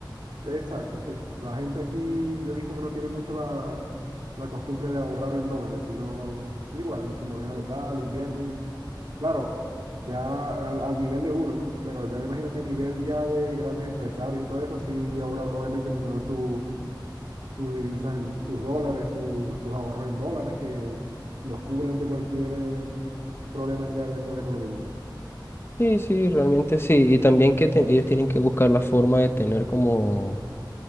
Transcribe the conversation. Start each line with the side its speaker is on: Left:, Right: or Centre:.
Right: Exacto, sí. La gente aquí, yo he visto que no tiene mucho la, la costumbre de ahorrar en dólares, sino igual en su moneda local, invierten. Claro, ya al, al nivel de uno, ¿no? Pero ya me imagino que a nivel ya de grandes empresarios y todo eso, sí, obra- obviamente tendrán su- sus divisas, en, sus dólares, su- sus ahorros en dólares que los cubren de cualquier eh, problema que haya con la economía.
Left: Sí, sí, realmente sí. Y también que te- ellos tienen que buscar la forma de tener como